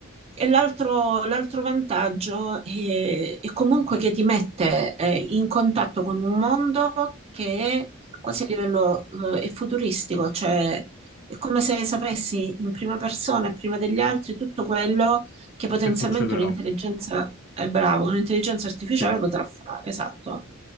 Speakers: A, on the right; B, on the left.
A: e l'altro l'altro vantaggio è, è comunque che ti mette eh, in contatto con un mondo che è quasi a livello eh, è futuristico, cioè è come se sapessi in prima persona e prima degli altri tutto quello che potenzialmente
B: Che succederà?
A: un'intelligenza è bravo, un'intelligenza artificiale
B: Sì.
A: potrà fare, esatto.